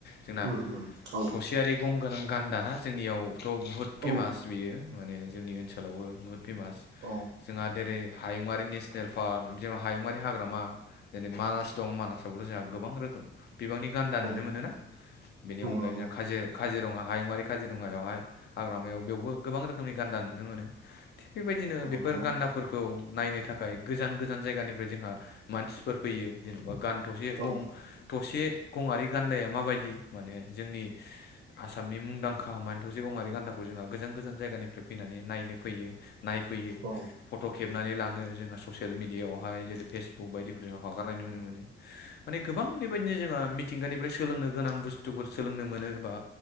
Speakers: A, on the left; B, on the right.
A: जोंना
B: उम उम औ
A: थसेयारि गं गोनां गान्दाना जोंनियावथ' बुहुत फेमास
B: औ
A: बेयो माने जोंनि ओनसोलावबो बुहुत फेमास
B: औ
A: जोंहा जेरै हायुङारि नेसनेल पार्क जेनबा हायुङारि हाग्रामा जेरै मानास दं मानासावबोथ' जोंहा गोबां रोखोम बिबांनि गान्दा नुनो
B: औ औ
A: मोनोना? बेनि अनगायैबो
B: नंगौ
A: जोंहा काजि-काजिरङा हायुङारि काजिरङायावहाय हाग्रामायाव बेवबो गोबां रोखोमनि गान्दा नुनो मोनो। थिग बेबायदिनो
B: औ
A: बेफोर
B: नंगौ
A: गान्दाफोरखौ
B: नोंथां
A: नायनो थाखाय गोजान गोजान जायगानिफ्राय जोंहा मानसिफोर फैयो जेन'बा गान थसे गं
B: औ
A: थसे गंआरि गान्दाया माबायदि माने जोंनि आसामनि मुंदांखा माने थसे गंआरि गान्दाखौ जोंहा गोजान गोजान जायगानिफ्राय फैनानै नायनो फैयो। नायफैयो।
B: औ
A: फट' खेबनानै लाङो जोंहा ससियेल मिडियाआवहाय जेरै फेसबुक बायदिफोरजों हगारनाय नुनो मोनो। माने गोबां बेबायदिनो जोंहा मिथिंगानिफ्राय सोलोंनो गोनां बुस्थुफोर सोलोंनो मोनो बा